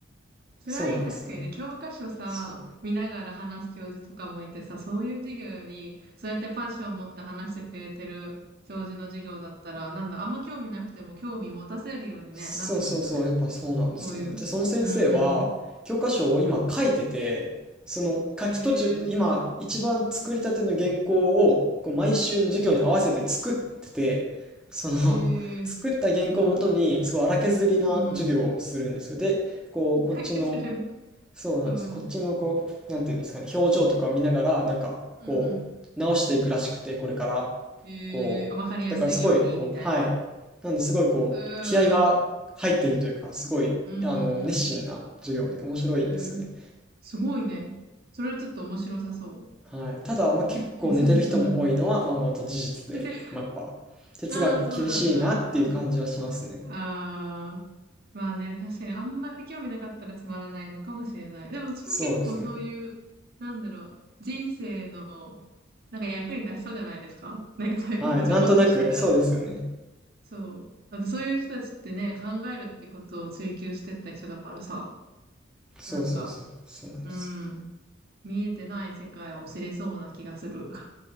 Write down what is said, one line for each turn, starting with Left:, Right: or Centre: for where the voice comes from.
Right: 辛い、
Centre: そうなんですよね。
Right: 確かにね、教科書さ、
Centre: そう。
Right: 見ながら話す教授とかもいてさ、そういう授業より、そうやってパッションを持って話してくれてる教授の授業だったら、なんだ、あんま興味なくても興味持たせるようにね、
Centre: そうそうそう、
Right: なってくるよね。
Centre: やっぱそうなんですよね。
Right: そういう。
Centre: で、その先生は、
Right: うん。うん
Centre: 教科書を今書いてて、その書き途中の今、
Right: うん。えー、すごい。うん
Centre: 一番作りたての原稿を、こう毎週の授業に合わせて作ってて、
Right: う
Centre: その、<laughs>
Right: ん。えー、
Centre: 作った原稿をもとに、
Right: すごい。
Centre: すごい荒削りな授業をするんですよ。
Right: うん
Centre: で、こう、
Right: うん。
Centre: こっちの
Right: だけする。
Centre: そうなんです。
Right: うん。
Centre: こっちのこう、なんていうんですかね、表情とかを見ながら、なんかこう、
Right: うん
Centre: 直していくらしくて、これから。
Right: うん。えー、
Centre: こう、
Right: わかりやすいように、
Centre: だからすごい、こう、
Right: みたいな。
Centre: はい。なんですごいこう、
Right: へえ。
Centre: 気合が入ってるというか、
Right: うん
Centre: すごい、
Right: うん
Centre: あの、熱心な授業で面白いんですよね。
Right: うん。へえ。すごいね。それはちょっと面白さそ
Centre: はい。ただ、まあ、結構寝てる人も多いのは、
Right: う。なんか哲学、うんうん。
Centre: まあ、また事実で、
Right: 出てる。
Centre: まあ、やっぱ、哲学厳しいなっていう感じはしますね。
Right: ああ、そうなんだ。ああ。まあね、確かにあんまり興味なかったらつまらないのかもしれない。でも、うちも結構そういう、
Centre: そうですね。
Right: なんだろう、人生の、なんか役に立ちそうじゃないですかなんかそういうことちょこっとしてたら。
Centre: はい。なんとなく、そうですよね。
Right: そう。だってそういう人たちってね、考えるってことを追求してった人だからさ、
Centre: そうそうそう。
Right: なんか、
Centre: そうなんですよ。
Right: うん、見えてない世界を知れそうな気がする。